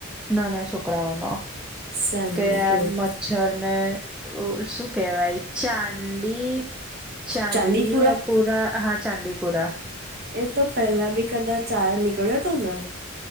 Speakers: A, in the centre; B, on the right.
A: નાના છોકરાઓનો
B: સાનું
A: કે આમ
B: કેવું.
A: મચ્છર ને ઓ શું કેહેવાય ચાંદી ચાંદી
B: ચાંદીપુરા
A: પુરા હા ચાંદીપુરા
B: એ તો પેલા બી કદાચ નીકળ્યો હતો ને?